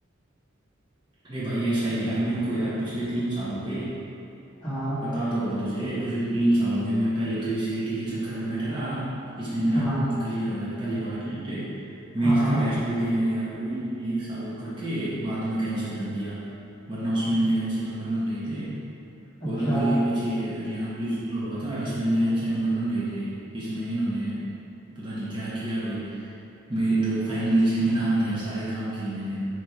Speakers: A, on the right (about 25°); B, on the left (about 20°).
A: अरे भाई ऐसा ही यार मेरे को यार पिछले तीन साल हुए
B: हाँ
A: पता तो होगा तुझे पिछले तीन साल हो गए मैं पहले तो ये सीईटी के चक्कर में बैठा रहा इसमें मेरा
B: हाँ
A: क्लियर हो गया था पहले वाला टेस्ट मेंस
B: हाँ हाँ
A: का टेस्ट भी देने गया वो इन्होंने एक साल वो करके बाद में कैंसिल कर दिया वरना उसमें मेरे अच्छे नंबर बन रहे थे
B: अच्छा
A: और अभी ये पीछे हरियाणा पुलिस वाला हुआ था इसमें मेरे अच्छे नंबर बन रहे थे इसमें इन्होंने पता नहीं क्या किया भाई मेरे तो फाइनल लिस्ट में नाम ही नहीं आया सारे काम किए मैंने